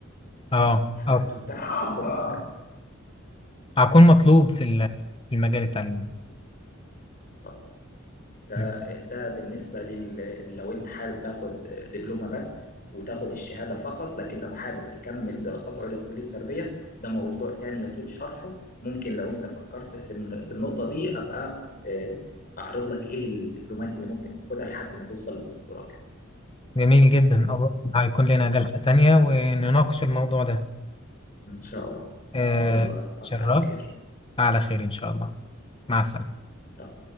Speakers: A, on the left; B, on the left.
A: اه
B: فهتتاح
A: اه
B: لك الفرصه
A: هكون مطلوب في ال- في المجال التعليمي ده
B: فعلا فده
A: م.
B: بالنسبة لل... لو أنت حابب تاخد دبلومة بس وتاخد الشهادة فقط لكن لو حابب تكمل دراسات عليا في كلية التربية ده موضوع تاني يطول شرحه ممكن لو أنت فكرت في الن- في النقطة دي أبقى آه، أعرض لك إيه الدبلومات اللي ممكن تاخدها لحد ما توصل للدكتوراه كمان
A: جميل جدا أظن هيكون لنا جلسة تانية ونناقش الموضوع ده
B: إن شاء الله
A: آه
B: يلا ألقاك
A: شرفت
B: على خير
A: على خير إن شاء الله مع السلامة
B: إن شاء